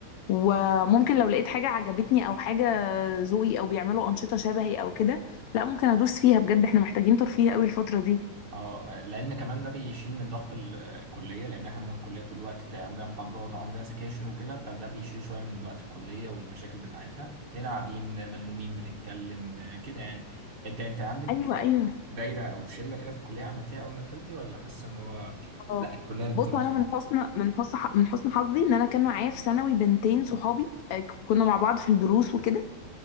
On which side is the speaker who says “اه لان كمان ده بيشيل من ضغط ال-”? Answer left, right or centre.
Right